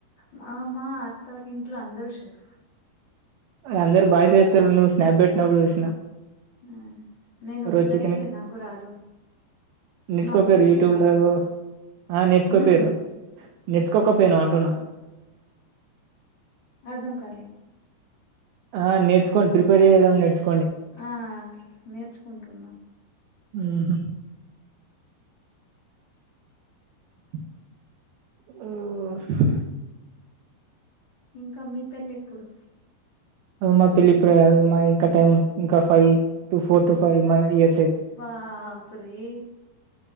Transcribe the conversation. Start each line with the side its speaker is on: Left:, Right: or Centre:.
Left: మామ అత్తారింట్లో అందరూ చెఫ్
Right: అందరు బాయ్స్ చెత్తరు నువ్ స్నాప్ బెట్నప్పుడు చూసిన
Left: ఆ నేను ఒక్కరే
Right: రోజు చికెన్
Left: నాకు రాదు
Right: నేర్చుకోపోయారు
Left: నా ఒక్కరికే
Right: యూట్యూబ్
Left: రాదు
Right: లో ఆ నేర్చుకోపోయరు
Left: ఉమ్
Right: నేర్చుకోకపోయినవ్ అంటున్నా
Left: అర్ధం కాలే
Right: ఆ నేర్స్కోండి ప్రిపేర్ చేయడం నెర్చ్
Left: ఆ నేర్చుకుంటున్నా
Right: ఉహు ఆఓ
Left: ఇంక మీ పెళ్లి ఎప్పుడు
Right: మా పెళ్లి ఇప్పుడే కాదు మాది ఇంకా టైం ఇంకా five to four to five year
Left: బాఫురే